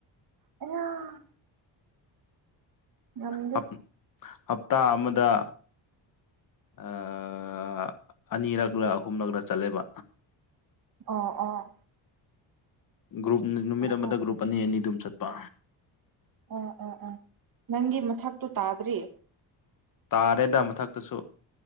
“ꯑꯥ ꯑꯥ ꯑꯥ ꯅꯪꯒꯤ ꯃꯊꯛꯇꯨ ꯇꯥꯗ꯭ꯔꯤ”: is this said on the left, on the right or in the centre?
Right